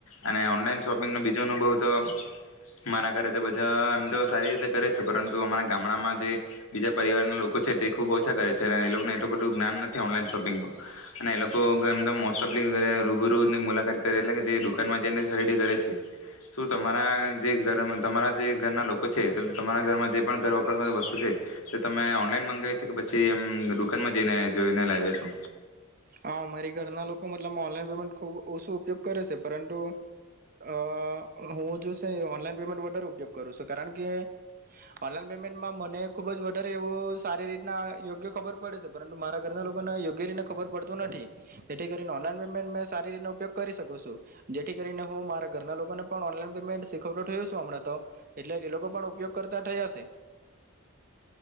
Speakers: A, on the left; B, on the right.
A: અને ઓનલાઈન શોપિંગનો બીજો અનુભવ તો મારા ઘરે તો બધા એમ તો સારી રીતે કરે છે, પરંતુ અમારા ગામડામાં જે બીજા પરિવારના લોકો છે, તે ખૂબ ઓછા કરે છે અને એ લોકોને એટલું બધું જ્ઞાન નથી ઓનલાઈન શોપિંગનું અને એ લોકો મોસ્ટ ઓફલી રૂબરૂની મુલાકાત કરે, એટલે કે જે દુકાનમાં જઈને ખરીદી કરે છે. શું તમારા જે તમારા જે ઘરના લોકો છે તમારા ઘરમાં જે પણ ઘરવપરાસ વસ્તુ છે, એ તમે ઓનલાઈન મંગાવી છે કે પછી એમ દુકાનમાં જઈને જોઈને લાવ્યા છો.
B: હા. મારી ઘરના લોકો મતલબ માં ઓનલાઈન પેમેન્ટ ખુબ ઓછું ઉપયોગ કરે છે, પરંતુ અ હું જો છે ઓનલાઈન પેમેન્ટ વધારે ઉપયોગ કરું છું, કારણ કે ઓનલાઈન પેમેન્ટમાં મને ખુબ જ વધારે એવું સારી રીતના યોગ્ય ખબર પડે છે, પરંતુ મારા ઘરના લોકોને યોગ્ય રીતના ખબર પડ આવતું નથી, જેથી કરીને ઓનલાઇન પેમેન્ટ માં સારી રીતના ઉપયોગ કરી શકું છુ, જેથી કરીને હું મારા ઘરના લોકો ને પણ ઓનલાઇન પેમેન્ટ શીખ <unintelligible> થયુ હમણાં તો એટલે એ લોકો પણ ઉપયોગ કરતા થઈ જશે